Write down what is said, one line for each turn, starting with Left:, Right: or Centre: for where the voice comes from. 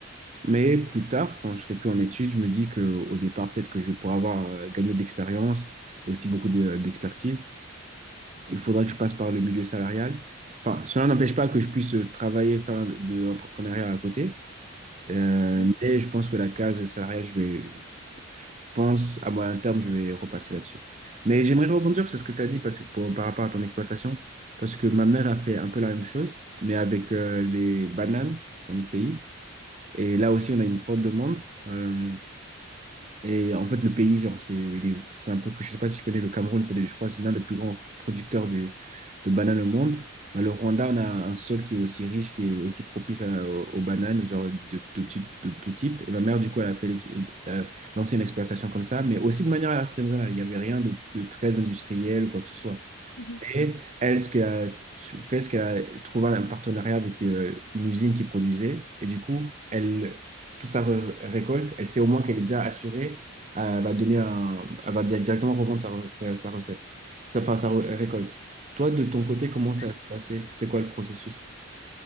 Right: Mais plus tard, quand je serai plus en études, je me dis qu'au départ, peut-être que je pourrais avoir euh, gagné de l'expérience et aussi beaucoup de- d'expertise. Il faudra que je passe par le milieu salarial. Enfin, cela n'empêche pas que je puisse euh, travailler, faire de l'entrepreneuriat à côté. Euh,
Left: mhm,
Right: mais je pense que la case salariale, je vais, je pense à moyen terme, je vais repasser là-dessus. Mais j'aimerais rebondir sur ce que tu as dit parce que pour- par rapport à ton exploitation, parce que ma mère a fait un peu la même chose, mais avec euh, les bananes dans le pays. Et là aussi, on a une forte demande. Euh, et en fait, le pays, genre, c'est il est- c'est un peu que je sais pas si tu connais le Cameroun, c'est, je crois, c'est l'un des plus grands producteurs du- de bananes au monde. Mais le Rwanda, on a un sol qui est aussi riche, qui est aussi propice à- aux, aux bananes, genre de, tout type, de tout type. Et ma mère, du coup, elle a fait l'ex- euh, lancé une exploitation comme ça, mais aussi de manière artisanale. Il n'y avait rien de, de très industriel ou quoi que ce soit.
Left: mhm.
Right: Et elle, ce qu'elle a fait, c'est qu'elle a trouvé un partenariat avec euh, une usine qui produisait. Et du coup, elle, toute sa re- récolte, elle sait au moins qu'elle est déjà assurée. Elle va donner un, elle va di- directement revendre sa, re- sa, sa recette, sa, enfin, sa re- récolte. Toi, de ton côté, comment ça
Left: D'accord.
Right: se passait? C'était quoi le processus?